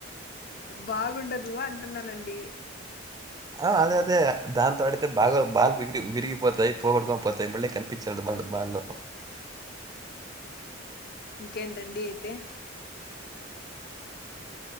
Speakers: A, on the left; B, on the right.
A: బాగుండదు అంటున్నానండి
B: ఆ అదే అదే దాంతో అడితే బాగా బాల్ విగి విరిగిపోతాయి పోగొట్కొని పోతాయి మళ్ళీ కనిపి పిచదు మళ బాలు
A: ఇంకేంటండి అయితే